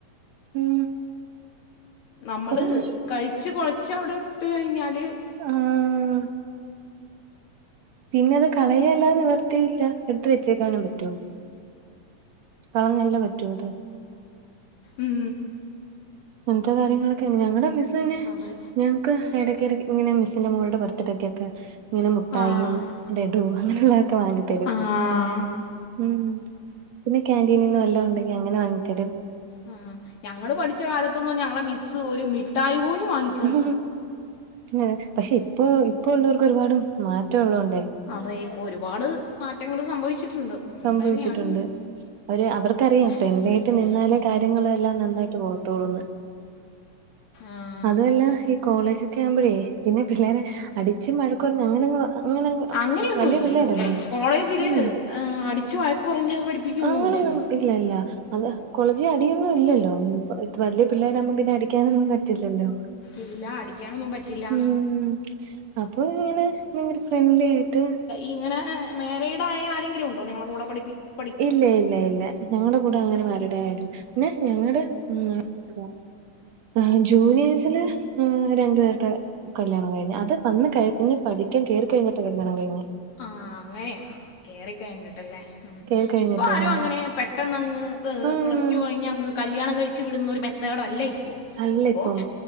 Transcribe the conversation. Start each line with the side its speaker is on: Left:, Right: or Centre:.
Right: ഉം
Left: നമ്മള്
Right: പറഞ്ഞോ
Left: കഴിച്ച് കൊഴച്ച് അവിടെയിട്ട് കഴിഞ്ഞാല്
Right: ആഹ് പിന്നെ അത് കളയല്ലാതെ നിവർത്തിയില്ല എടുത്ത് വെച്ചേക്കാനും പറ്റുവോ? കളഞ്ഞല്ലേ പറ്റു അത്
Left: ഉം
Right: അങ്ങൻത്തെ കാര്യങ്ങളൊക്കെയങ്ങനെയാ ഞങ്ങടെ മിസ്സ് പിന്നെ
Left: അതെ
Right: ഞ ക് എടക്കെടക്ക് ഇങ്ങനെ മിസ്സിന്റെ മോൾടെ ബെർത്ത്ഡെക്കെക്കെ ഇങ്ങനെ മുട്ടായിയും,
Left: ആഹ്
Right: ലഡും, അങ്ങനെയുള്ളതൊക്കെ വാങ്ങിത്തരും
Left: ആഹ്
Right: ഉം പിന്നെ കാന്റീനീന്ന് വല്ലോം ഒണ്ടെങ്കി അങ്ങനെ വാങ്ങി തരും
Left: ആ ഞങ്ങള് പഠിച്ച കാലത്തൊന്നും ഞങ്ങളെ മിസ്സ് ഒരു മിഠായി പോലും വാങ്ങി ത
Right: ഉം ആഹ് പക്ഷെ ഇപ്പോ ഇപ്പൊള്ളവർക്ക് ഒരുപാട് മാറ്റവുള്ളോണ്ടെ
Left: അതെ ഇപ്പൊ ഒരുപാട് മാറ്റങ്ങള് സംഭവിച്ചിട്ടുണ്ട് അതുകൊണ്ട്
Right: സംഭവിച്ചിട്ടുണ്ട്
Left: തന്നെയാണ്
Right: അവര് അവർക്കറിയാം
Left: ടീച്ചർമാരൊക്കെ
Right: ഫ്രണ്ട്ലിയായിട്ട് നിന്നാലേ കാര്യങ്ങളെല്ലാം നന്നായിട്ട് പോവ ള്ളുന്ന്
Left: ആഹ്
Right: അതുവല്ല ഈ കോളേജൊക്കെയാവുമ്പഴേ പിന്നെ പിള്ളേരെ അടിച്ചും, വഴക്കു പറഞ്ഞും അങ്ങനങ്ങ് അങ്ങനങ്ങ്
Left: അങ്ങനെയൊന്നുംല്ലല്ലോ
Right: വലിയ പിള്ളേരല്ലേ
Left: ല്ലേ? കോളേജില്
Right: ആഹ്
Left: ഏഹ് അടിച്ചു വഴക്കുറഞ്ഞ് പഠിപ്പിക്കുവൊന്നുയില്ലല്ലോ?
Right: അങ്ങനൊന്നും ഇല്ല ല്ല അത് കോളേജി അടിയൊന്നുംയില്ലല്ലോ വല്ല്യ പിള്ളേരാവുമ്പം പിന്നെ അടി ക്കാനൊന്നും പറ്റില്ലല്ലോ?
Left: ഇല്ല അടിക്കാനൊന്നും പറ്റില്ല
Right: ഉം അപ്പയിങ്ങനെ ഭയങ്കര ഫ്രണ്ട്ലിയായിട്ട്
Left: ഇങ്ങനെ മേരീഡായ ആരെങ്കിലുമുണ്ടോ നിങ്ങളെ കൂടെ പഠി
Right: ഇല്ല ഇല്ല ഇല്ല ഞങ്ങളടെ കൂടെ അങ്ങനെ മാരീഡായ ആരുല്ല പിന്നെ ഞങ്ങടെ ഉം ആ ജൂനിയേഴ്സില് രണ്ടു പേര്ടെ കല്യാണം കഴിഞ് അത് വന്ന് കഴിഞ്ഞ് പഠിക്കാൻ കേറി കഴിഞ്ഞിട്ട് കല്യാണം കഴിഞ്ഞെ
Left: ആന് അങ്ങനെയാന്നോ കേറി കഴിഞ്ഞിട്ടല്ലേ? ഉം
Right: കേറി കഴിഞ്ഞിട്ട്
Left: ഇപ്പ
Right: കല്യാണം
Left: ആരും അങ്ങനെ പെട്ടെന്നങ്ങ്
Right: ആഹ്
Left: പ്ലസ് ടു കഴിഞ്ഞങ്ങ് കല്യാണം കഴിച്ച് വിടുന്നൊരു മെത്തേഡല്ലയിപ്പോ
Right: അല്ല
Left: ഇപ്പോ
Right: ഇപ്പം